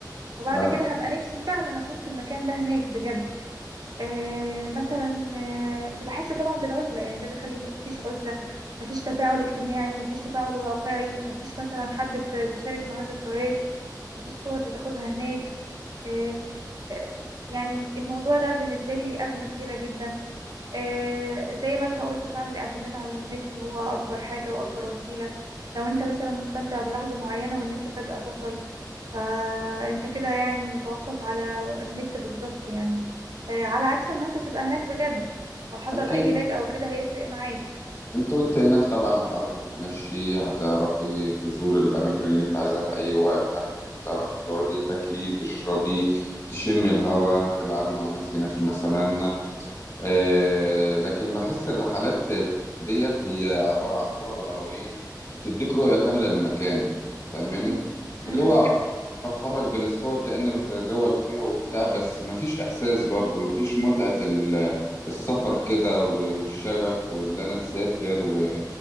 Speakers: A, on the right; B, on the left.
A: وبعد
B: فعلا
A: كده هبقى نفسي فعلا اكون في المكان ده هناك بجد آه مثلا آه فبحس طبعا بالعزله يعني ده بيخلي مفيش عزله مفيش تفاعل اجتماعي مفيش تفاعل واقعي مفيش مثلا حد بت- بتشارك معاه ذكريات مفيش صور بتاخدها هناك آه آه، يعني الموضوع ده بالنسبه لي ازمه كبيره جدا آه، زي ما انت قلت فعلا الاعتماد على النت هو اكبر حاجة واكبر وسيلة لو انت مثلا مستمتع بلحظة معينة والنت فجأة فصل فانت كده يعني متوقف على النت بالظبط يعني آه، على عكس ما انت تبقى هناك بجد لو حصل
B: اكيد
A: اي لاج بالظبط او كده هيفرق معاك
B: انت وانت هناك طبعا هتعرفي تتمشي هتعرفي تزوري الاماكن اللي انت عايزاها في اي وقت هتعرفي تقعدي تاكلي تشربي تشمي الهواء تلعبي مع ناس هناك مثلا آه لكن بحس الرحلات ديت هي عبارة عن صورة بانورامية بتديك رؤية كاملة للمكان فاهماني
A: مم. مم.
B: اللي هو بتحرك بين الصور كأني بتجول فيها وبتاع بس مفيش إحساس برضه مفيش متعة ال- السفر كده و- والشغف واللي أنا مسافر و...